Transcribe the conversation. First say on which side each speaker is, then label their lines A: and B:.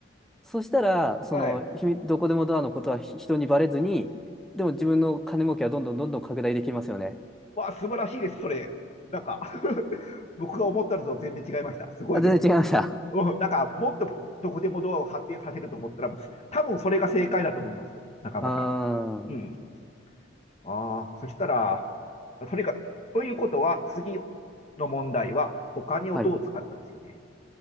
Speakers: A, in the centre; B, on the left.
A: そしたら、その、
B: はい。
A: 秘密どこでもドアのことはひ人にバレずに、でも自分の金儲けはどんどんどんどん拡大できますよね。
B: わあ、素晴らしいです、それ。なんか <laughs> 僕が思ったのと全然違いました。すごいです。
A: あ、全然違いました。
B: うんなんか、もっとどこでもドアを発展させると思ったら、もう多分それが正解だと思います、中村さん。
A: <laughs> あー、
B: うん。ああ、そしたら、それが、ということは、次の問題は、お金をどう使うかですよね。
A: はい。